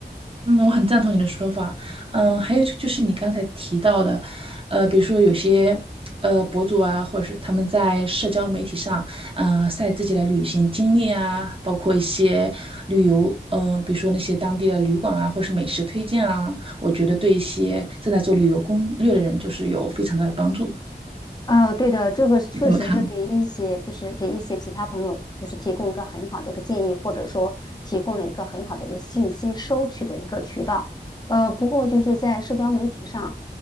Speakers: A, on the right; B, on the left.
A: 嗯，我很赞同你的说法。嗯，还有就是你刚才提到的，呃，比如说有些呃博主啊，或者是他们在社交媒体上，呃，晒自己的旅行经历啊，包括一些旅游，嗯、比如说那些当地的旅馆啊，或是美食推荐啊，我觉得对一些正在做旅游攻略的人，就是有非常大的帮助。
B: 呃，对的，这个是确实是给一些，
A: 你怎么看呢？
B: 就是给一些其他朋友，就是提供一个很好的一个建议，或者说提供了一个很好的一个信息收取的一个渠道。呃，不过就是在社交媒体上，